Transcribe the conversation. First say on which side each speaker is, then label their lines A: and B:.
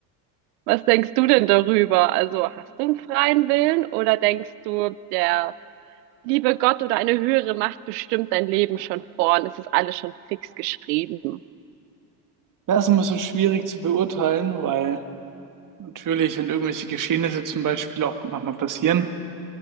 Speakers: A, on the right (about 80°); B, on the right (about 40°).
A: Was denkst du denn darüber? Also hast du einen freien Willen oder denkst du, der liebe Gott oder eine höhere Macht bestimmt dein Leben schon vor und es ist alles schon fix geschrieben?
B: das ist immer so schwierig zu beurteilen, weil natürlich, wenn irgendwelche Geschehnisse zum Beispiel auch manchmal passieren,